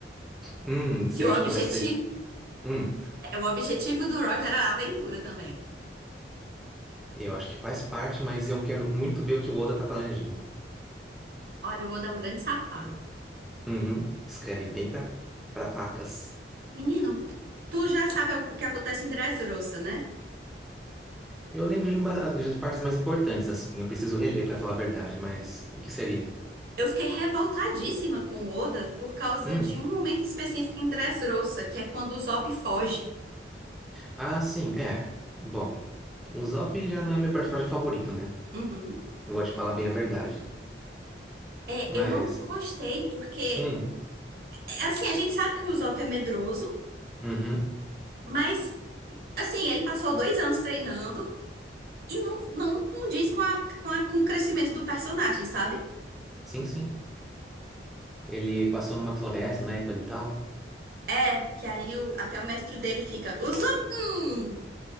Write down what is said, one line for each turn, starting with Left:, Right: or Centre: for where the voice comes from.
Centre: hum, você
Right: Que o
Centre: acha
Right: objetivo,
Centre: que vai ser? Hum,
Right: é, o objetivo do Roger era a aventura também.
Centre: eu acho que faz parte, mas eu quero muito ver o que o Oda tá planejando.
Right: Olha, o Oda é um grande safado.
Centre: Uhum, escreve bem pra, pra pacas.
Right: Menino, tu já sabe o que acontece em Dressrosa, né?
Centre: Eu lembro de, uma, de partes mais importantes, assim. Eu preciso reler pra falar a verdade, mas o que seria?
Right: Eu fiquei revoltadíssima com o Oda por causa
Centre: Hum,
Right: de um momento específico em Dressrosa, que é quando o Usopp foge.
Centre: ah, sim, é. Bom, o Zop já não é meu personagem favorito, né?
Right: Uhum.
Centre: Vou te falar bem a verdade.
Right: É,
Centre: Mas,
Right: eu não gostei porque,
Centre: hum,
Right: é, assim, a gente sabe que o Usopp é medroso,
Centre: uhum,
Right: mas, assim, ele passou dois anos treinando e não, não condiz com, a, com, a- com o crescimento do personagem, sabe?
Centre: sim, sim. Ele passou numa floresta, né, coisa e tal.
Right: É, que aí o- até o mestre dele fica, Usopp! hum."